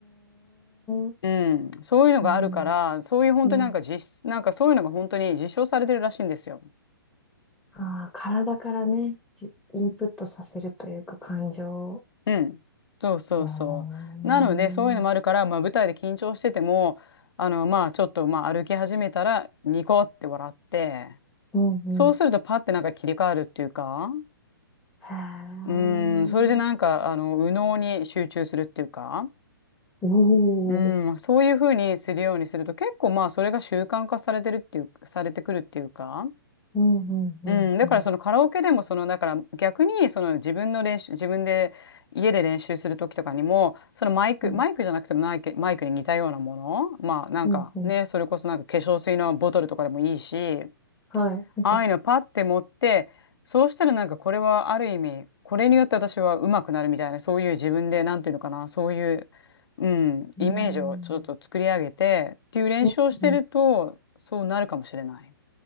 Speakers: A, in the centre; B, on the left (about 80°).
A: うーん。
B: うん、そういうのがあるから、
A: そうな
B: そういう本当になんか実質、
A: ん。
B: なんかそういうのが本当に実証されてるらしいんですよ。
A: ああ、体からね、じインプットさせるというか感情。
B: うん。そうそうそう。
A: うーん、
B: なので、そういうのもあるから、まあ舞台で緊張してても、あの、まあちょっと、まあ歩き始めたら、ニコって笑って、
A: うんうん。
B: そうするとパッてなんか切り替わるっていうか、
A: へえ。
B: うん、それでなんか、あの、右脳に集中するっていうか、
A: おお。
B: うん、そういうふうにするようにすると、結構まあそれが習慣化されてるっていう、されてくるっていうか、
A: うんうんうんうん。
B: うん、だからそのカラオケでもそのだから逆にその自分の練習自分で家で練習する時とかにもそのマイクマイクじゃなくてもマイク、
A: うん
B: マイクに似たようなものまあなんかねそれこそなんか化粧水のボトルとかでもいいし
A: うんうん。はい。う
B: ああいうのパッて持ってそうしたらなんかこれはある意味これによって私は上手くなるみたいなそういう自分でなんていうのかなそういう、うん、イメージをちょっと作り上げてっていう練習をしてるとそうなるかもしれない、
A: ん。うんうん。